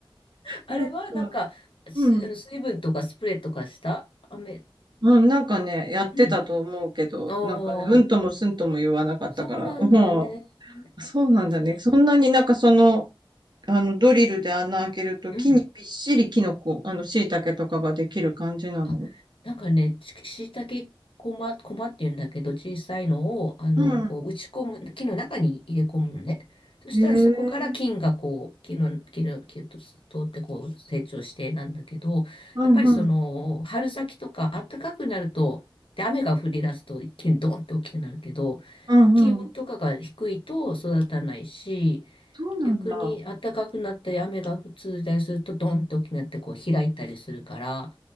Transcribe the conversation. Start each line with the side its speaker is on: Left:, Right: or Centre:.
Left: あれは、
Right: なんか、
Left: なんか、す、
Right: うん。
Left: あの水分とかスプレーとかした雨。
Right: うん、なんかね、やってたと思うけど、
Left: うん。ああ、
Right: なんかね、うんともすんとも言わなかったから、
Left: そうなんだね。
Right: もう、そうなんだね。
Left: そ
Right: そんなになんかその、あの、ドリルで穴開けると木にびっしりキノコ、
Left: う。うん
Right: あの、椎茸とかができる感じなの。
Left: あなんかね、ししいたけこま、こまっていうんだけど、小さいのを、あの、
Right: うん。
Left: こう、打ち込む、木の中に入れ込むのね。そしたらそこから菌がこう、
Right: へえ、
Left: 木の、木の、木と通ってこう、成長してなんだけど、
Right: うんうん、
Left: やっぱりその、春先とか暖かくなると、で、雨が降り出すと一気にドーンって大きくなるけど、
Right: うんうん。
Left: 気温とかが低いと育たないし、
Right: そうなんだ。
Left: 逆に暖かくなったり雨が続いたりするとドーンって大きくなってこう開いたりするから、